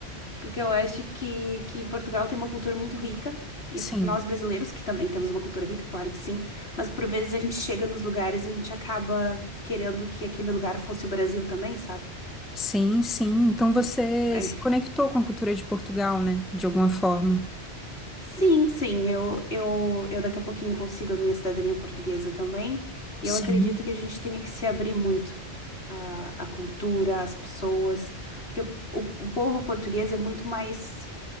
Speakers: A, on the left; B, in the centre.
A: porque eu acho que, que Portugal tem uma cultura muito rica e
B: Sim,
A: nós brasileiros, que também temos uma cultura rica, claro que sim, mas por vezes a gente chega nos lugares e a gente acaba querendo que aquele lugar fosse o Brasil também, sabe?
B: sim, sim. Então você
A: É,
B: se conectou com a cultura de Portugal, né? De alguma forma.
A: Sim, sim, eu, eu, eu daqui a pouquinho consigo a minha cidadania portuguesa também, e
B: Sim,
A: eu acredito que a gente tenha que se abrir muito à, à cultura, às pessoas, porque o, o povo português é muito mais